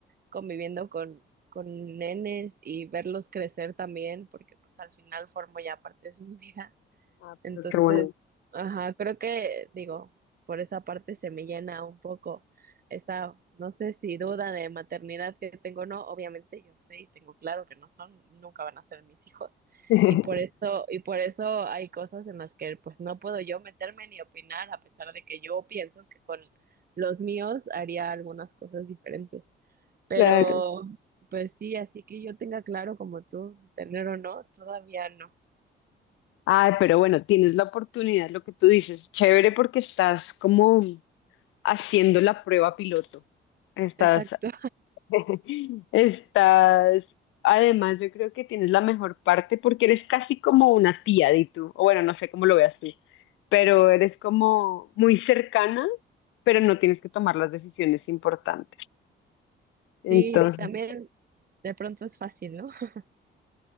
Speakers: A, on the right; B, on the left.
A: conviviendo con, con nenes y verlos crecer también, porque pues al final formo ya parte de sus <laughs> vidas.
B: Ah,
A: Entonces,
B: pero qué bueno.
A: ajá, creo que, digo, por esa parte se me llena un poco esa, no sé si duda de maternidad que tengo o no, obviamente yo sé y tengo claro que no son, nunca van a ser mis hijos,
B: <laughs>
A: y por eso, y por eso hay cosas en las que pues no puedo yo meterme ni opinar, a pesar de que yo pienso que con los míos haría algunas cosas diferentes. Pero,
B: Claro.
A: pues sí, así que yo tenga claro como tú, tener o no, todavía no.
B: Ay, pero bueno, tienes la oportunidad, lo que tú dices, chévere porque estás como haciendo la prueba piloto. Estás,
A: Exacto.
B: <laughs> estás, además yo creo que tienes la mejor parte porque eres casi como una tía de tú, o bueno, no sé cómo lo veas tú, pero eres como muy cercana, pero no tienes que tomar las decisiones importantes. Entonces,
A: Sí, también de pronto es fácil, ¿no? <laughs>